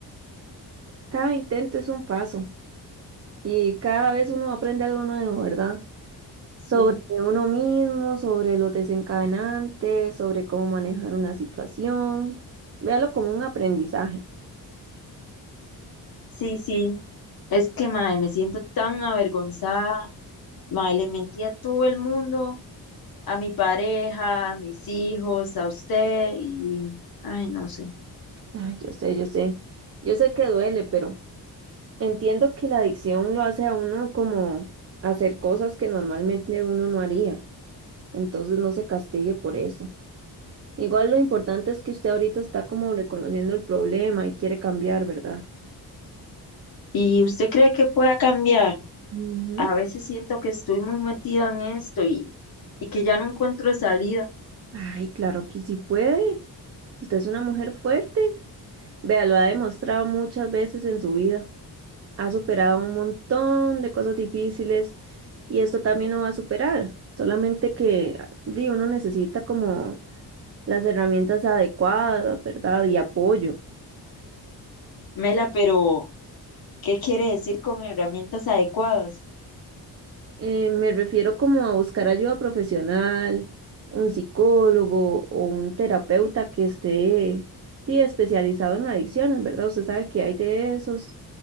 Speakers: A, on the right (about 40°); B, on the left (about 60°).
A: cada intento es un paso y cada vez uno aprende algo nuevo, ¿verdad?
B: Sí,
A: Sobre uno mismo, sobre los desencadenantes, sobre cómo manejar una situación. Véalo como un aprendizaje.
B: sí, sí. Es que mae, me siento tan avergonzada. Mae, le mentí a todo el mundo, a mi pareja, a mis hijos, a usted y, ay, no sé.
A: Ay, yo sé, yo sé. Yo sé que duele, pero... Entiendo que la adicción lo hace a uno como hacer cosas que normalmente uno no haría, entonces no se castigue por eso. Igual lo importante es que usted ahorita está como reconociendo el problema y quiere cambiar, ¿verdad?
B: ¿Y usted cree que pueda cambiar?
A: Ujú.
B: A veces siento que estoy muy metida en esto y, y que ya no encuentro salida.
A: Ay, claro que sí puede. Usted es una mujer fuerte. Vea, lo ha demostrado muchas veces en su vida. Ha superado un montón de cosas difíciles y esto también lo va a superar. Solamente que, di, uno necesita como las herramientas adecuadas, ¿verdad? Y apoyo.
B: Mela, pero ¿qué quiere decir con herramientas adecuadas?
A: Eh, me refiero como a buscar ayuda profesional, un psicólogo o un terapeuta que esté sí, especializado en adicciones, ¿verdad? Usted sabe que hay de esos